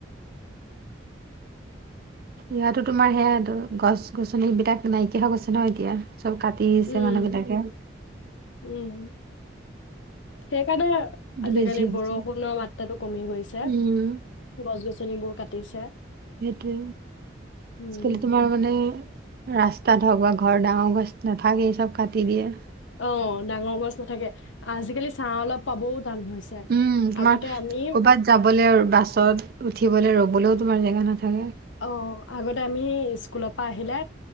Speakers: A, on the right; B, on the left.
A: ইয়াতো তোমাৰ সেয়া গছ গছনিবিলাক নাইকিয়া হৈ গৈছে ন এতিয়া চব কাটি দিছে
B: উম
A: মানুহবিলাকে
B: উম সেইকাৰণে আজিকালি
A: বেছি হৈছে
B: বৰষুণৰ মাত্ৰাতটো কমি গৈছে
A: উম
B: গছ গছনিবোৰ ক তেছা
A: সেইটো
B: উম
A: সকেলত ম মানে ৰাস্তাত হওক বা ঘৰ ডাঙৰ গছ নাথাকে চব কাটি দিয়ে
B: অ ডাঙৰ গছ নাথাকে আজিকালি চাহ অলপ পাবও টান হৈছে
A: উম তোমাৰ
B: আগতে আমি
A: কৰ'বাত যাবলৈ আৰু বাছত উঠিব ৰবলৈও তোমাৰ জেগা নাথাকে
B: অ আগতে আমি স স্কুলৰ পৰা আহিলে